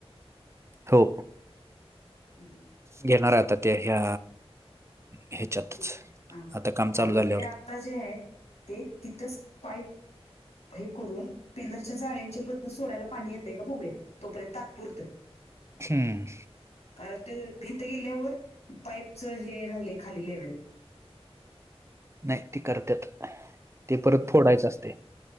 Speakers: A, on the right (about 25°); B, on the left (about 85°).
A: हो.
B: हम.
A: घेणार आहे आता ते हया ह्याच्यातच
B: ठीक आहे. हां.
A: आता काम चालू
B: आणि
A: झाल्यावर.
B: हे आता जे आहे. ते तिथच पाईप हे करून, पिल्लरच्या जाळ्याच्या मधनं सोडायला पाणी येतंय का. बघूया तोपर्यंत तात्पुरतं.
A: हम्म.
B: कारण ते भिंत गेल्यावर पाईपच हे राहिले. खाली लेवल
A: नाही ते करतात. ते परत फोडायचं असते.